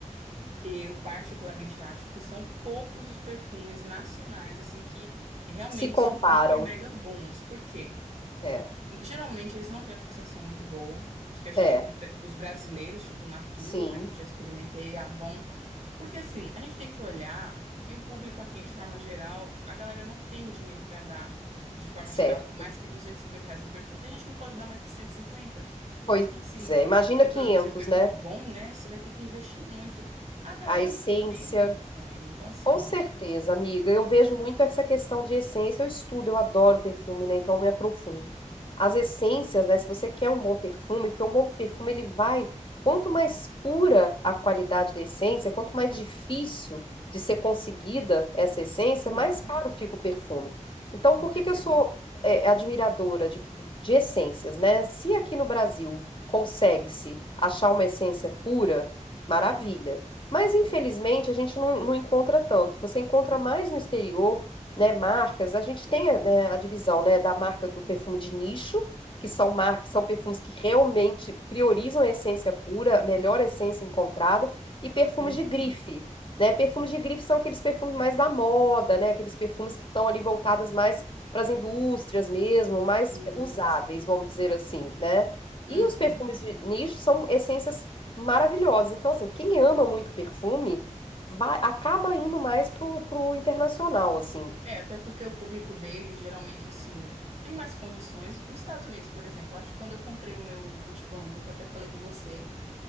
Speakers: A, on the right; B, on the left.
A: Eu particularmente acho que são poucos os perfumes nacionais assim que realmente
B: Se comparam,
A: são hiper mega bons. Por quê?
B: é,
A: Geralmente eles não têm uma fixação muito boa. Os que a gente,
B: é,
A: os brasileiros, tipo Natura,
B: sim.
A: que eu já experimentei, Avon, porque assim, a gente tem que olhar que o público aqui, de forma geral, a galera não tem dinheiro para dar, de forma
B: Certo.
A: geral, assim, mais que 250 reais no perfume. Tem gente que não pode dar mais que cento e cinquenta
B: Pois
A: Então, assim,
B: é, imagina
A: pra você
B: quinhentos
A: produzir um perfume
B: né?
A: bom, né, você vai ter que investir muito. A galera
B: A essência.
A: não tem condições. Então, assim,
B: Com certeza, amiga. Eu
A: né?
B: vejo
A: <laughs>
B: muito essa questão de essência. Eu estudo, eu adoro perfume, né? Então eu me aprofundo. As essências, né? Se você quer um bom perfume, porque um bom perfume ele vai. Quanto mais pura a qualidade da essência, quanto mais difícil de ser conseguida essa essência,
A: Uhum,
B: mais caro fica o perfume. Então,
A: com
B: por
A: certeza.
B: que que eu sou é, admiradora de, de essências, né? Se aqui no Brasil consegue-se achar uma essência pura, maravilha. Mas infelizmente a gente não, não encontra tanto. Você encontra mais no exterior, né, marcas. A gente tem, né, a divisão, né, da marca do perfume de nicho, que são marcas, são perfumes que realmente priorizam a essência pura, a melhor essência encontrada, e perfumes
A: Uhum,
B: de grife, né? Perfumes de grife são aqueles perfumes mais da moda, né? Aqueles perfumes que estão ali voltadas mais para as indústrias mesmo, mais
A: sim,
B: usáveis,
A: sim.
B: vamos dizer assim, né?
A: Uhum.
B: E os perfumes de nicho são essências maravilhosos. Então, assim, quem ama muito perfume vai, acaba indo mais pro, pro internacional, assim.
A: É, até porque o público dele, geralmente, assim, tem mais condições. Nos Estados Unidos, por exemplo, acho que quando eu comprei o meu Gucci Bambu, que eu até falei com você.